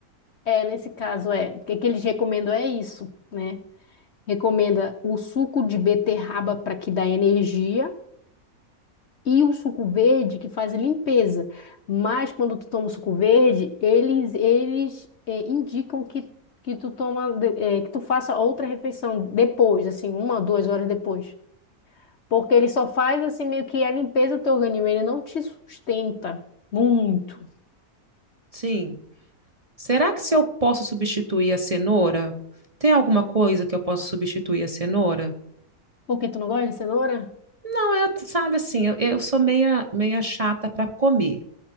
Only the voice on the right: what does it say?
Sim. Será que se eu posso substituir a cenoura? Tem alguma coisa que eu posso substituir a cenoura?
Não, eu, sabe assim, eu, eu sou meia, meia chata para comer,